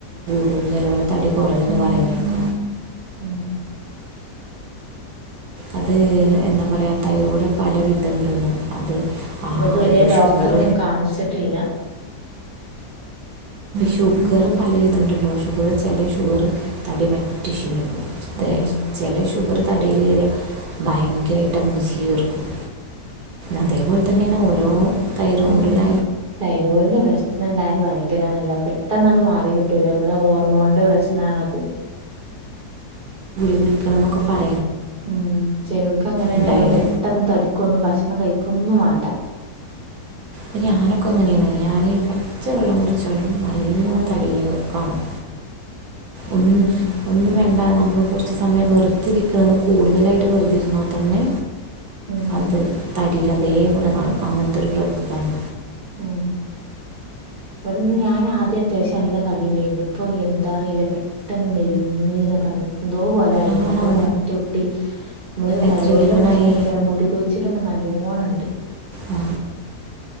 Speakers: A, on the right; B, on the right.
A: മ്മ് ചേലോല തടി കുറയുന്ന് പറിണേക്ക.
B: ഉം.
A: അത് എന്താ പറയ തൈറോയ്ഡ് പല വിധണ്ട് ന്ന് അത്. ആ
B: അപ്പൊ ഇത് വരേ
A: ഇപ്പോൾ
B: ഡോക്ടറൊന്നു
A: ഷുഗർ
B: കാണിച്ചിട്ടില്ല.
A: ഷുഗർ പല വിധ ണ്ട് ട്ടോ ഷുഗർ ചില ഷുഗർ തടി പറ്റി ശു തെ
B: ഉം
A: ചെല ശുഗർ. തടിൽ കേറിയ ഭയങ്കരായിട്ട് നമ്മൾ ചീർക്കും അതെപ്പോല്തന്നെണ്
B: ഉം
A: ഓ ഓ തൈറോയ്ഡിന
B: തൈറോഡിന്റെ പ്രശ്ണം ഉണ്ടായാല് ഭയങ്കരാണലൊ പെട്ടെന്നത് മാറി കിട്ടൂല നമ്മളെ ഓ മോൻന്റെ പ്രശ്നാണത്.
A: വിളിക്കണന്നൊക്കെ പർ
B: ഉം ചെലൊർക്ക് അങ്ങനെണല്ലോ
A: ഉണ്ടായാൽ
B: പെട്ടെന്ന് തടിക്കൊന്നും ഭക്ഷണം കഴിക്കൊന്നും വാണ്ട.
A: അപ്പ ഞാനൊക്കെ അങ്ങനെണ് ഞാൻ പച്ച വെള്ളം കുടിച്ചലും നല്ലോണ്ണം തടികേ കാണും. ഒന്നും
B: ഉം.
A: ഒന്നും വേണ്ട നമ്മളെകുറിച്ച് സമയം വെറുത്തിരിക്കുന്നത് കൂടുതലായിട്ട് വെറുതിരുന്നാൽ തന്നെ.
B: ഉം
A: അത് തടീൽ അതേപോലെ കാണും അങ്ങൻത്തെ ഒരു പ്രകൃ താണ്.
B: ആഹ്. ഇവിടെന്ന് ഞാൻ ആദ്യം അത്യാവശ്യം നല്ല തടിണ്ടുണ്ട് ഇപ്പൊ എന്താ അറിയില്ല പെട്ടെന്ന് മെലിഞ്ഞിരുന്ന് എന്തോ പോലെയി
A: ആണോ
B: നമ്മക്കൊക്കെ മറ്റ കുട്ടി നമ്മള്
A: എത്ര
B: തൈറോയിഡിന്റെ
A: കിലോനായി
B: പ്രശ്നം തന്നക്ക മുട കൊയ്ച്ചിലൊക്കെ നല്ലോണണ്ട്
A: ആ,